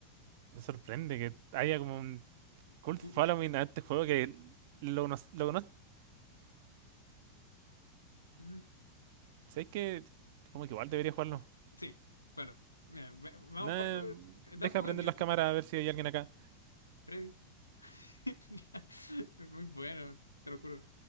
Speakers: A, on the right; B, on the left.
A: me sorprende que haya como un Cult
B: Cu-
A: Following a este juego que lo, cono- lo conoces.
B: mm,
A: Es que como que igual debería jugarlo.
B: Sí, bueno, mira, va- vamos
A: Nah,
B: a jugarlo. eh,
A: deja
B: Da un poco
A: prender
B: de miedo,
A: las
B: sí,
A: cámaras a ver si hay alguien acá.
B: Freddy. <laughs> Es muy bueno, te lo juro.